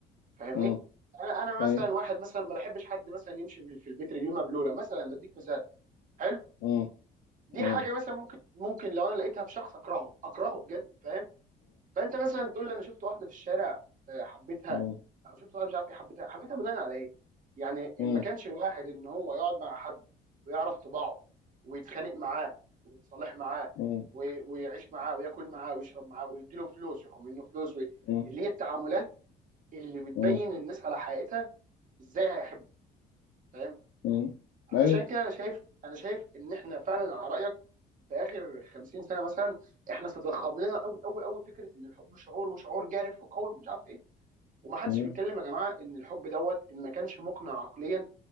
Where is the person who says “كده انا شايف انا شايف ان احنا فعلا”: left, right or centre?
Right